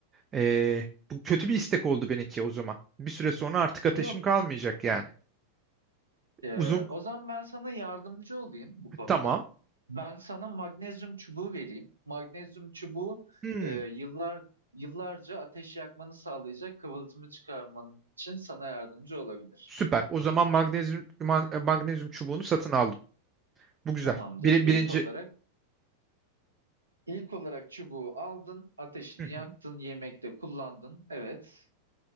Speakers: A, on the right; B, on the right.
A: eee, bu kötü bir istek oldu benimki o zaman. Bir süre sonra artık
B: Yok
A: ateşim kalmayacak yani.
B: Ee,
A: Uzun
B: o zaman ben sana yardımcı olayım bu konuda.
A: tamam.
B: Ben sana magnezyum çubuğu vereyim. Magnezyum çubuğu
A: Hmm,
B: e, yıllar yıllarca ateş yakmanı sağlayacak kıvılcımı çıkarman için sana yardımcı olabilir.
A: süper. O zaman magnezyum ma- magnezyum çubuğunu satın aldım. Bu güzel.
B: Tamamdır.
A: Bir,
B: İlk
A: birinci.
B: olarak ilk olarak çubuğu aldın, ateşini
A: Hı hı.
B: yaktın, yemekte kullandın. Evet.